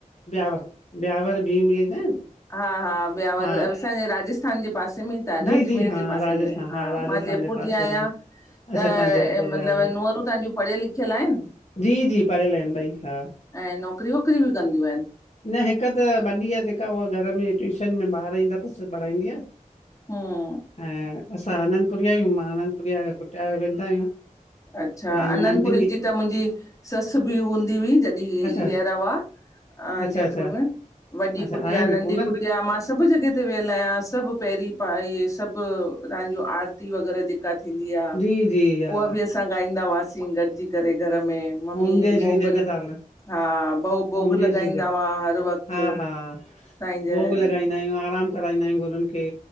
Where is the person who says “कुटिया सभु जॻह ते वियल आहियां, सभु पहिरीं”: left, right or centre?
Left